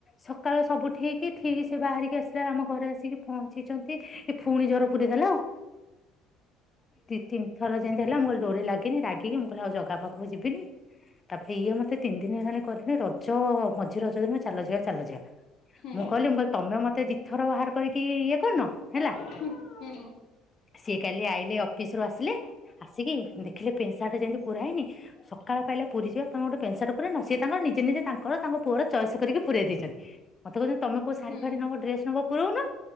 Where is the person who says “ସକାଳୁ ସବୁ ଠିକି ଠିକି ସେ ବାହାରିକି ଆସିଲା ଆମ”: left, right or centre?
Left